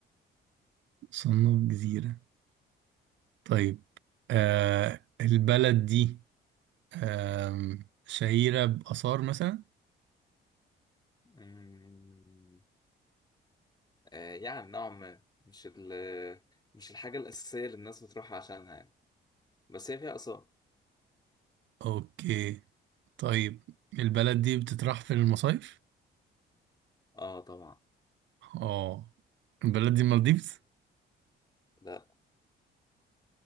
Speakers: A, on the right (about 70°); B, on the left (about 20°).
A: تصنف جزيرة طيب أه البلد دي أم شهيرة بآثار مثلا
B: مم، آه يعني نوعا ما مش ال مش الحاجة الأساسية اللي الناس بتروحها عشانها يعني بس هي فيها آثار
A: اوكي طيب البلد دي بتطرح في المصايف
B: اه طبعا
A: اه البلد دي المالديفز
B: لا